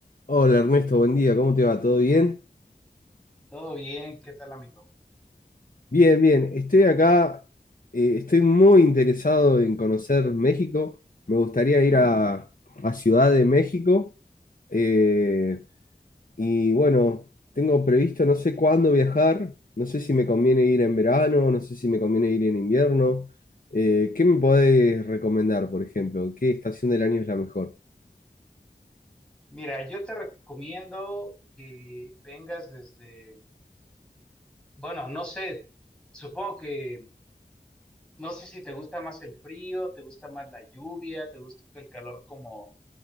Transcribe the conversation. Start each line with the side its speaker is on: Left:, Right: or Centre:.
Left: Hola Ernesto, buen día, ¿cómo te va? ¿Todo bien?
Centre: Todo bien, ¿qué tal, amigo?
Left: Bien, bien, estoy acá, eh, estoy muy interesado en conocer México, me gustaría ir a, a Ciudad de México eh, y bueno, tengo previsto no sé cuándo viajar, no sé si me conviene ir en verano, no sé si me conviene ir en invierno, eh, ¿qué me podés recomendar, por ejemplo? ¿Qué estación del año es la mejor?
Centre: Mira, yo te recomiendo que vengas desde, bueno, no sé, supongo que, no sé si te gusta más el frío, te gusta más la lluvia, te gusta el calor como,